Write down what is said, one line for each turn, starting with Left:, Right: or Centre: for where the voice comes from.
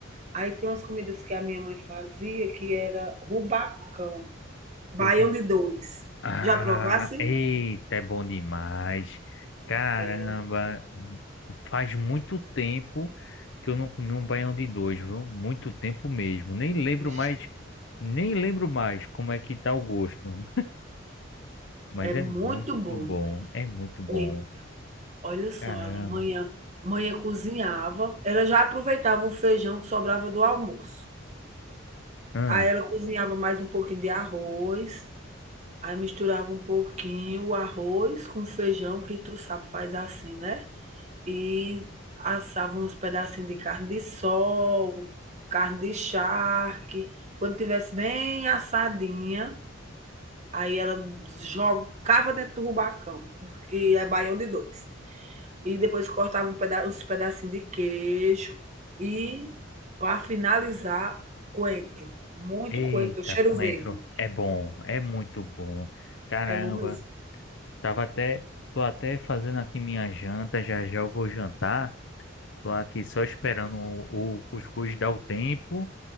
Right: Aí tem umas comidas que a minha mãe fazia, que era rubacão, baião
Left: Opa.
Right: de dois.
Left: Ah,
Right: Já provassem?
Left: eita, é bom demais. Caramba,
Right: É,
Left: faz muito tempo que eu não comi um baião de dois, viu? Muito tempo mesmo. Nem lembro
Right: ixi.
Left: mais, nem lembro mais como é que tá o gosto. Mas
Right: É muito
Left: é muito
Right: bom.
Left: bom, é muito bom.
Right: E olha só,
Left: Caramba.
Right: Alan, manhã, manhã cozinhava, ela já aproveitava o feijão que sobrava do almoço.
Left: Hum,
Right: Aí ela cozinhava mais um pouquinho de arroz, aí misturava um pouquinho o arroz com feijão, que tu sabe, faz assim, né? E assava uns pedacinhos de carne de sol, carne de charque. Quando tivesse bem assadinha, aí ela jogava dentro do rubacão, que é baião de dois. E depois cortava um peda os pedacinhos de queijo. E para finalizar, coentro. Muito
Left: eita,
Right: coentro, cheiro
Left: coentro,
Right: verde.
Left: é bom, é muito bom. Caramba,
Right: É bom mesmo.
Left: tava até, tô até fazendo aqui minha janta, já já eu vou jantar. Tô aqui só esperando o, o cuscuz dar o tempo